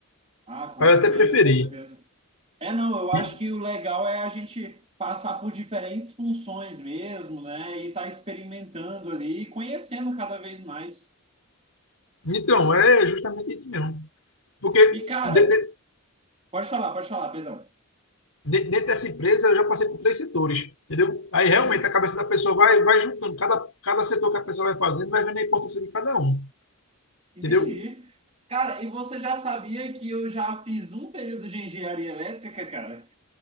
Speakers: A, on the right; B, on the left.
A: Ah, com
B: Aí
A: certeza,
B: eu até preferi.
A: com certeza. É, não, eu acho
B: E,
A: que o legal é a gente passar por diferentes funções mesmo, né? E tá experimentando ali e conhecendo cada vez mais.
B: então, é justamente isso mesmo. Porque
A: E, cara,
B: de- de-
A: pode falar, pode falar, perdão.
B: de- dentro dessa empresa eu já passei por três setores, entendeu? Aí realmente
A: Hum,
B: a cabeça da pessoa vai, vai juntando, cada, cada setor que a pessoa vai fazendo vai vendo a importância de cada um,
A: entendi.
B: entendeu?
A: Cara, e você já sabia que eu já fiz um período de engenharia elétrica, cara?